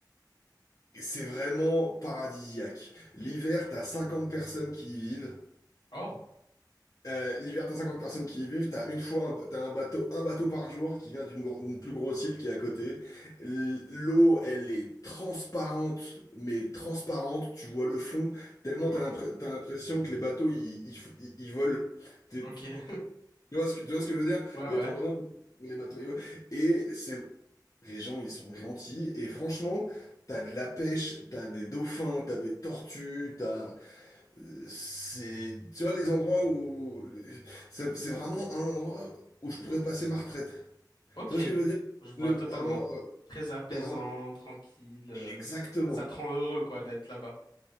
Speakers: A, on the left (about 45°); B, on the left (about 75°).
A: C'est vraiment paradisiaque. L'hiver, t'as 50 personnes qui y vivent.
B: oh,
A: Euh, l'hiver, t'as 50 personnes qui y vivent, t'as une fois un, ba- t'as un bateau, un bateau par jour qui vient d'une gro- d'une plus grosse île qui est à côté. L- L'eau, elle est transparente, mais transparente, tu vois le fond, tellement
B: wow.
A: t'as l'impré- t'as l'impression que les bateaux, ils, ils, f- ils- ils volent. T'es-
B: Ok. <laughs>
A: Tu vois ce que, tu vois ce que je veux dire?
B: Ouais,
A: Les,
B: ouais.
A: t'as vraiment- les bateaux, ils volent. Et c'est, les gens, ils sont gentils, et franchement, t'as de la pêche, t'as des dauphins, t'as des tortues, t'as. C'est, tu vois, les endroits où, c'est c'est vraiment un endroit où je pourrais passer ma retraite.
B: Ok.
A: Tu vois ce que je veux dire?
B: Je vois
A: Le,
B: totalement.
A: un endroit-
B: Très apaisant,
A: ben, un-
B: tranquille. euh,
A: exactement.
B: Ça te rend heureux, quoi, d'être là-bas.